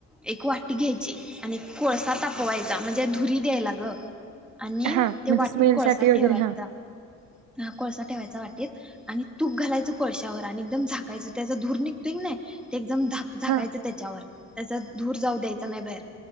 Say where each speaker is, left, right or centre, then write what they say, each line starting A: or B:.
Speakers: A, in the centre; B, on the right.
A: एक वाटी घ्यायची आणि कोळसा तापवायचा म्हणजे धुरी द्यायला ग आणि
B: हा
A: ते
B: म्हणजे
A: वाटीत
B: स्मेल
A: कोळसा
B: साठी वगैरे
A: ठेवायचा
B: हा
A: हा कोळसा ठेवायचा वाटेत आणि तूप घालायचं कोळश्यावर आणि एकदम झाकायचं त्याचा धूर निघतोय की नाय जम झा झाकायच
B: हा
A: त्याच्यावर त्याचा धूर जाऊ द्यायचा नाय बाहेर